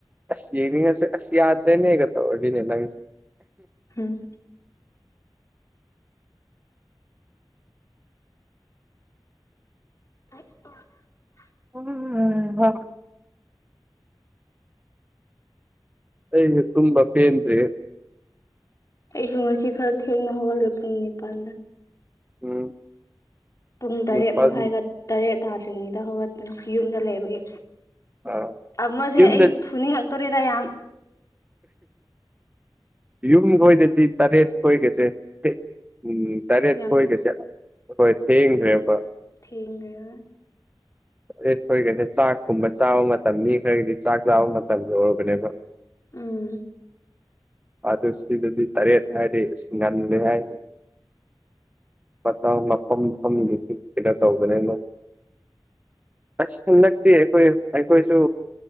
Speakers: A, on the right (about 20°); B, on the left (about 45°).
A: ꯑꯁ ꯌꯦꯅꯤꯡꯉꯁꯨ ꯑꯁ ꯌꯥꯗ꯭ꯔꯦꯅꯦꯒ ꯇꯧꯔꯅꯤꯅꯦ ꯅꯪꯁꯦ
B: ꯍꯝ <unintelligible>
A: ꯎꯝ <unintelligible> ꯑꯩ ꯇꯨꯝꯕ ꯄꯦꯟꯗꯦ
B: ꯑꯩꯁꯨ ꯉꯁꯤ ꯈꯔ ꯊꯦꯡꯅ ꯍꯧꯒꯠꯂꯦ ꯄꯨꯡ ꯅꯤꯄꯥꯟ
A: ꯎꯝ
B: ꯄꯨꯡ ꯇꯔꯦꯠ
A: ꯅꯤꯄꯥꯜ
B: ꯃꯈꯥꯏꯒ ꯇꯔꯦꯠ ꯇꯥꯗ꯭ꯔꯤꯉꯩꯗ ꯍꯧꯒꯇꯄꯥ ꯌꯨꯝꯗ ꯂꯩꯕꯒꯤ
A: ꯑꯥ
B: ꯑꯃꯁꯦ
A: ꯌꯨꯝꯗ
B: ꯑꯩ ꯐꯨꯅꯤꯡꯉꯛꯇꯣꯔꯦꯗ ꯌꯥꯝ
A: ꯌꯨꯝ ꯈꯣꯏꯗꯗꯤ ꯇꯔꯦꯠ ꯈꯣꯏꯒꯁꯦ ꯎꯝ ꯇꯔꯦꯠ
B: ꯌꯥꯝꯗꯤ
A: ꯍꯣꯏꯒꯁꯦ ꯍꯣꯏ ꯊꯦꯡꯈ꯭ꯔꯦꯕ
B: ꯊꯦꯡꯒꯔꯦ
A: ꯇꯔꯦꯠ ꯈꯣꯏꯒꯥꯖꯦ ꯆꯥꯛꯀꯨꯝꯕ ꯆꯥꯕ ꯃꯇꯝ ꯈꯔꯒꯤꯗꯤ ꯆꯥꯛ ꯆꯥꯕ <unintelligible> ꯃꯥꯇꯝ ꯌꯧꯔꯕꯅꯦꯕ
B: ꯎꯝ
A: ꯑꯗꯨ ꯁꯤꯗꯗꯤ ꯇꯔꯦꯠ ꯍꯥꯏꯗꯤ ꯉꯜꯂꯦ ꯍꯥꯏ <unintelligible> ꯃꯇꯝ ꯃꯐꯝ ꯃꯐꯝꯗꯨꯁꯨ ꯀꯩꯅꯣ ꯇꯧꯧꯕꯅꯦꯅ ꯑꯁ ꯍꯟꯗꯛꯇꯤ ꯑꯩꯈꯣꯏ ꯑꯩꯈꯣꯏꯁꯨ